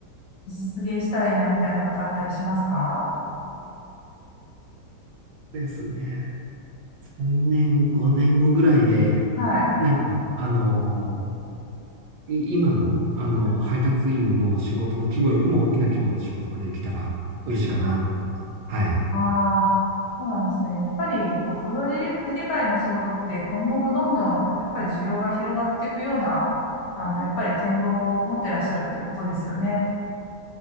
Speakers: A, on the left; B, on the right.
A: 実現したらいいなみたいのってあったりしますか
B: ですね。3年、5年後ぐらいで、
A: はい。
B: なんか、あのい今の、あの、
A: はい
B: 配達員の仕事の規模よりも大きな規模の仕事ができたら嬉しいかな。はい。
A: ああ、そうなんですね。やっぱり、こう、フードデリデリバリーの仕事って今後もどんどん、やっぱり需要が広がっていくような、あの、やっぱり展望を持ってらっしゃるってことですよね。